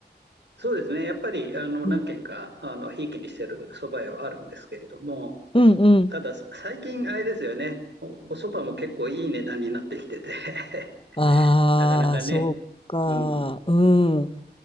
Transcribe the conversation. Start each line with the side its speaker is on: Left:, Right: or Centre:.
Right: そうですね。やっぱり、あの、何軒か、
Left: うん。
Right: あの、ひいきにしてる蕎麦屋はあるんですけれども、
Left: うんうん。
Right: ただ、最近、あれですよね。お、お蕎麦も結構いい値段になってきてて <laughs>
Left: ああ、
Right: なかなかね。
Left: そうか。
Right: うん。
Left: うん。